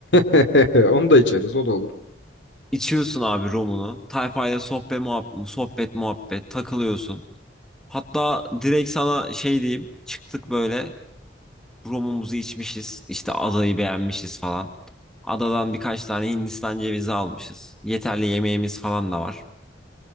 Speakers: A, on the left (about 70°); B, in the centre.
A: <laughs> Onu da içeriz, o da olur.
B: <laughs> İçiyorsun abi romunu. Tayfayla sohbet, muhabbet, sohbet, muhabbet. Takılıyorsun. Hatta direkt sana şey diyeyim. Çıktık böyle romumuzu içmişiz. İşte adayı beğenmişiz falan. Adadan birkaç tane Hindistan cevizi almışız. Yeterli yemeğimiz falan da var.